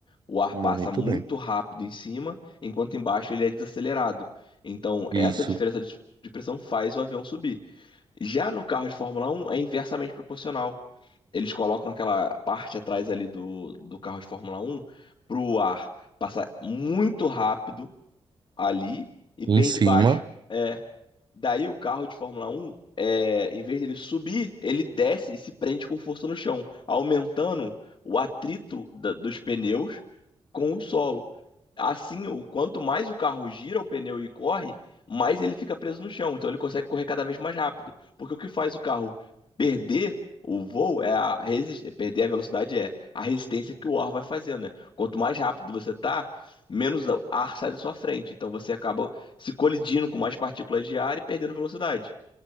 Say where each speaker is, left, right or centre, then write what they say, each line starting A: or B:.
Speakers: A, on the left; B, on the right.
A: O ar
B: Muito
A: passa muito
B: bem.
A: rápido em cima, enquanto embaixo ele é desacelerado. Então,
B: Isso.
A: essa diferença de de pressão faz o avião subir. Já no carro de Fórmula Um é inversamente proporcional. Eles colocam aquela parte atrás ali do, do carro de Fórmula Um para o ar passar muito rápido ali e bem
B: Em cima.
A: de baixo. É. Daí o carro de Fórmula um é, em vez dele subir, ele desce e se prende com força no chão, aumentando o atrito da- dos pneus com o solo. Assim, o quanto mais o carro gira o pneu e corre, mais ele fica preso no chão. Então ele consegue correr cada vez mais rápido. Porque o que faz o carro perder o voo é a resistência, perder a velocidade é a resistência que o ar vai fazendo, né? Quanto mais rápido você tá, menos ar sai da sua frente. Então você acaba se colidindo com mais partículas de ar e perdendo velocidade.